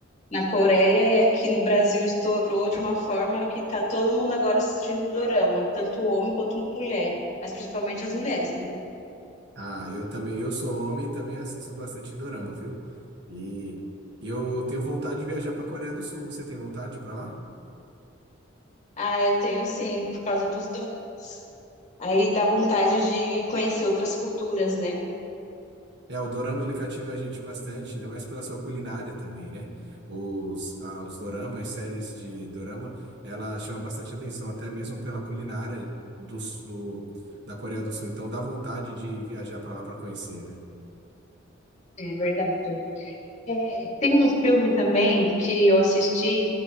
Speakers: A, on the left (about 35°); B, on the right (about 60°).
A: na Coreia e aqui no Brasil estourou de uma forma que tá todo mundo agora assistindo um dorama, tanto homem quanto mulher, mas principalmente as mulheres, né?
B: Ah, eu também, eu sou homem e também assisto bastante dorama, viu? E eu tenho vontade de viajar para Coreia do Sul. Você tem vontade de ir para lá?
A: Ah, eu tenho sim, por causa dos doramas. Aí dá vontade de conhecer outras culturas, né?
B: É, o dorama ele cativa a gente bastante, ainda mais pela sua culinária também, né? Os, ah, os doramas, as séries de dorama, ela chama bastante atenção, até mesmo pela culinária do, do- da Coreia do Sul. Então dá vontade de viajar para lá para conhecer, né?
A: É verdade. É, tem um filme também que eu assisti,